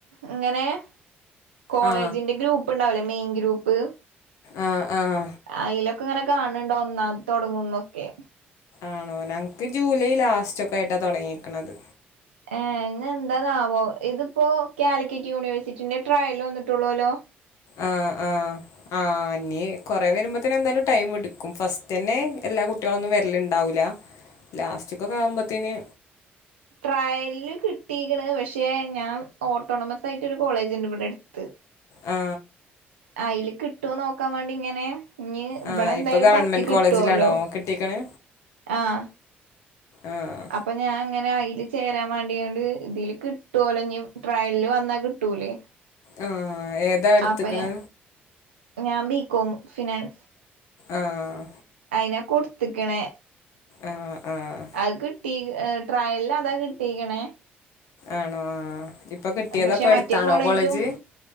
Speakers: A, on the right; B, on the left.
A: അങ്ങനെ കോളേജിന്റെ
B: ആ
A: ഗ്രൂപ്പ് ഉണ്ടാവല്ലേ മെയിൻ ഗ്രൂപ്പ്
B: ആ് ആഹ
A: അയിലൊക്കെ ഇങ്ങനെ കാണണ്ട ഒന്ന തുടങ്ങുന്നൊക്കെ
B: ആണോ ഞങ്ങക്ക് ജൂലൈ ലാസ്റ്റ് ഒക്കെ ആയിട്ടാ തുടങ്ങിയിിക്കണത്
A: ഏ ഇങ്ങ എന്താന്നാവോ ഇതിപ്പോ കാലിക്കറ്റ് യൂണിവേഴ്സിറ്റ ട്രായല വന്നിട്ടുള്ളൂല്ലോ
B: ആഹ് ആഹ് ആഹ് ഇ കൊറെ വരുമ്പോത്തന്നെ എന്തായാലും ടൈം എടുക്കും ഫസ്റ്റ് തന്നെ എല്ലാ കുട്ടികള ഒന്നും വരലുണ്ടാവൂില്ല ലാസ്റ്റക്കൊക്കെവുമ്പോത്തേന്
A: ട്രയല കിട്ടിിക്കണ് പക്ഷേ ഞാൻ ഓട്ടോണമസ് ആയിട്ട് ഒരു കോളേജ് ഉണ്ട് ഇവിടെ എടുത്ത്
B: ആ
A: അയില് കിട്ടുവന്ന് നോക്കാൻ വേണ്ടി ഇങ്ങനെ ഇഞ്ഞ് ഇവിടെ
B: ആഹ്
A: എന്തായാലും
B: ഇപ്പൊ ഗവൺമെന്റ്
A: ഫസ്റ്റ് കിട്ടുവല്ലോ
B: കോളേജിലാണോ കിട്ടീക്കണ്
A: ആഹ്
B: ആഹ്
A: അപ്പൊ ഞാൻ അങ്ങനെ അയില് ചേരാൻ വേണ്ടിയാണ്ട് ഇതില് കിട്ടുവൊല്നി ട്രയലില് വന്നാ കിട്ടൂലേ
B: ആഹ് ഏതാ എടുത്ത്ക്കണ്
A: അപ്പൊ ഞാൻ ബീകോമ് ഫിനാൻസ്
B: ആഹ്
A: അയിനെ കൊടുത്ത്ക്ക്ണ്.
B: ആഹ് ആഹ്
A: അത് കിട്ടീ ഏന് ട്രയൽലതാ കിട്ടീക്ണേ.
B: ആണോ ആഹ് ഇപ്പൊ കിട്ടിയതപ്പൊ
A: പഷെ മറ്റേ
B: അടുത്താണോ
A: കോളേജും
B: കോളേജ്